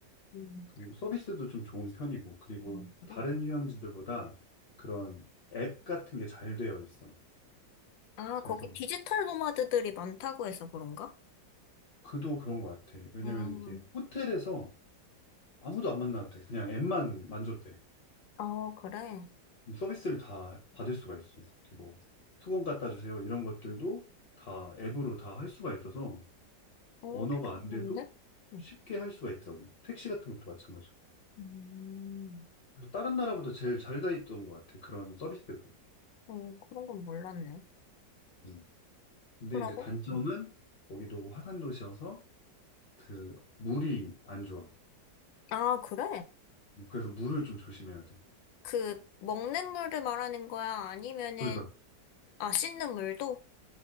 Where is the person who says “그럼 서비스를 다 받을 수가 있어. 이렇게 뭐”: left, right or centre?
Left